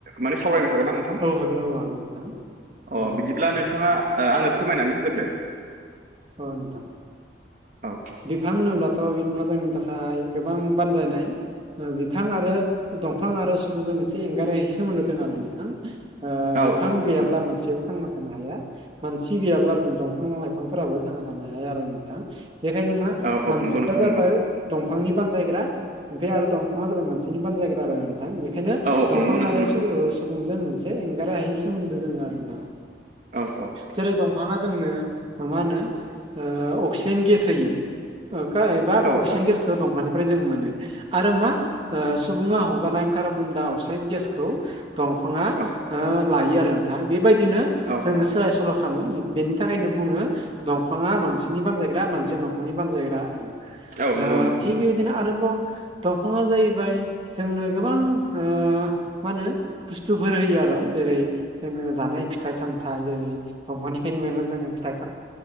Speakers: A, on the right; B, on the right.
A: माने सावरायनो हागोन ना नोंथां?
B: औ हागोन औ हगोन नोंथां।
A: अ
B: ओ
A: बिदिब्ला नोंथाङा ओ आंनो फोरमायनानै होगोरदो।
B: औ नोंथां।
A: औ
B: बिफां होनोब्लाथ' बिफाङा जोंनि थाखाय गोबां बानजायनाय नैबे बि फां आरो दंफां आरो सुबुंजोंसो एंगारै सोमोन्दो दं आरो नोंथां। ओ
A: औ
B: बिफां
A: औ नोंथां
B: गैयाब्ला मानसे थांना थानो हाया मानसि गैयाब्लाबो दंफां लाइफांफ्राबो थांना थानो हाया आरो नोंथां? बेखायनो मा
A: औ औ
B: मानसिया
A: नंगौ नोंथां
B: जाबाय
A: नंगौ
B: दंफांनि बानजायग्रा ओमफाय आरो दंफाङा जाबाय मानसिनि बानजायग्रा आरो। थां बेखायनो
A: औ औ
B: दंफां
A: नंगौ नोंथां
B: आरो
A: नंगौ
B: सु ओ सुबुंजों मोनसे एंगार हायै सोमोन्दो दोङो आरो नदां।
A: औ औ।
B: जेरै दंफाङा जोंनो मा होनो ओ अक्सिजेन गेस होयो। ओखा एबा
A: औ
B: अक्सिजेन
A: औ
B: गेसखो दंफांनिफ्राय जों मोनो। आरो मा ओ सुबुङा हगारनाय कार्बन दडा अक्साइद गेसखौ दंफाङा
A: औ
B: ओ लायो आरो नोंथां बेबायदिनो
A: औ
B: जोङो
A: औ
B: सोलाय सल' खालामो इ बेनि थाखायनो बुङो दंफाङा मोनसिनि बानजायग्रा मानसिया दंफांनि बानजायग्रा आरो।
A: औ
B: आ
A: नंगौ नोंथां
B: थिग
A: नंगौ
B: बेबादिनो आरोबाव दंफाङा जाहैबाय जोंनो गोबां ओ मा होनो बुस्थुफोर होयो आर' जेरै जोङो जानाय फिथाइ साम थाइ ओरै दंफांनिफायनो मोनो जोङो फिथाइ सा